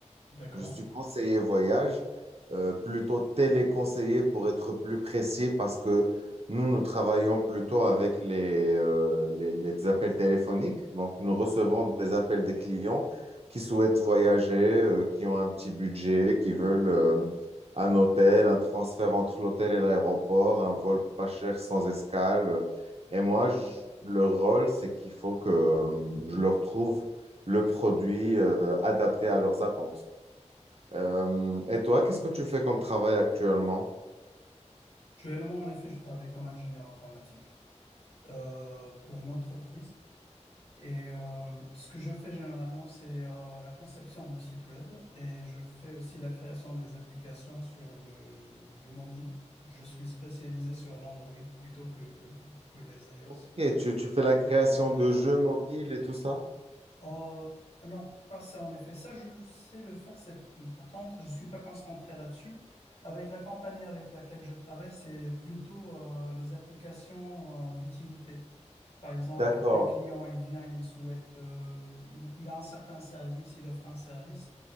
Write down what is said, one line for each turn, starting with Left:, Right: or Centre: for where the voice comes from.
Left: D'accord.
Right: Je suis conseiller voyage, euh, plutôt téléconseiller pour être plus précis parce que nous, nous travaillons plutôt avec les, euh, les, les appels téléphoniques. Donc, nous recevons des appels des clients qui souhaitent voyager, euh, qui ont un petit budget, qui veulent euh, un hôtel, un transfert entre l'hôtel et l'aéroport, un vol pas cher sans escale. Et moi, je- le rôle, c'est qu'il faut que euh, je leur trouve le produit euh, adapté à leurs attentes. Euh, et toi, qu'est-ce que tu fais comme travail actuellement?
Left: Actuellement, en effet, je travaille comme ingénieur informatique euh, pour une entreprise. Et euh, ce que je fais généralement, c'est euh, la conception de sites web et je fais aussi la création des applications sur le, le mobile. Je suis spécialisé sur l'Android plutôt que, que les iOS,
Right: Ok,
Left: le,
Right: tu, tu fais la création
Left: les
Right: de
Left: iPhones.
Right: jeux mobiles et tout ça?
Left: Euh, non, pas ça en effet. Ça, je sais le faire. C'est... Par contre, je ne suis pas concentré là-dessus. Avec la compagnie avec laquelle je travaille, c'est plutôt euh, les applications euh, d'utilité. Par exemple,
Right: D'accord.
Left: un client, il vient, il souhaite, euh, il, il a un certain service, il offre un service